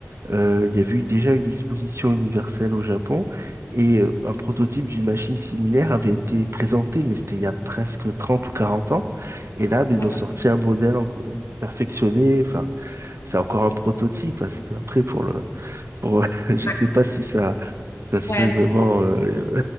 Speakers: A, on the right (about 75°); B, on the left (about 85°).
A: euh, il y avait eu déjà une exposition universelle au Japon et euh, un prototype d'une machine similaire avait été présenté, mais c'était il y a presque 30 ou 40 ans. Et là, mais
B: D'accord.
A: ils ont sorti un modèle en- euh, perfectionné. Enfin, c'est encore un prototype parce qu'après, pour le, pour, <laughs> je
B: Ouais,
A: sais pas si ça, ça serait
B: Ouais,
A: vraiment
B: si c'est-
A: euh,